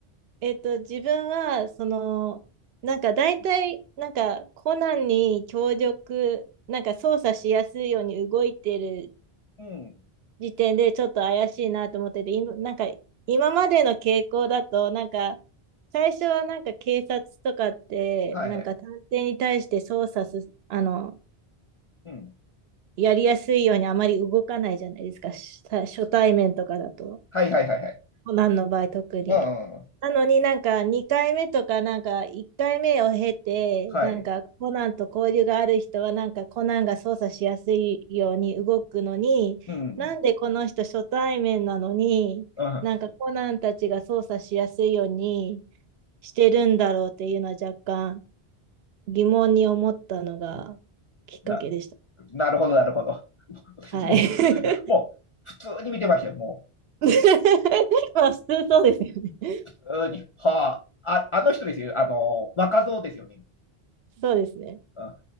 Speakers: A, on the right; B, on the left.
A: えっと、自分は、その、なんか大体、なんかコナンに協力、なんか操作しやすいように動いてる
B: うん。
A: 時点でちょっと怪しいなと思ってて、今なんか今までの傾向だと、なんか最初はなんか警察とかって、
B: はいはい。
A: なんか探偵に対して操作す、あの、
B: うん。
A: やりやすいようにあまり動かないじゃないですか、し初対面とかだと、
B: はいはいはいはい。
A: コナンの場合特に。
B: うんうんうん。
A: なのになんか2回目とかなんか1回目を経てなんかコナンと交流がある人はなんかコナンが操作しやすいように動くのになんでこの人初対面なのになんかコナンたちが操作しやすいように
B: はい。うん。うん。
A: してるんだろうっていうのは若干疑問に思ったのがきっかけでした。
B: な、なるほど、なるほど。<laughs>
A: はい。
B: もう、もう、普通に見てましたよ。も
A: <laughs> まあ普通そうですよね。
B: う、普通に。はあ、あ、あの人ですよ。あの、若造ですよね。
A: そうですね。
B: うん、あ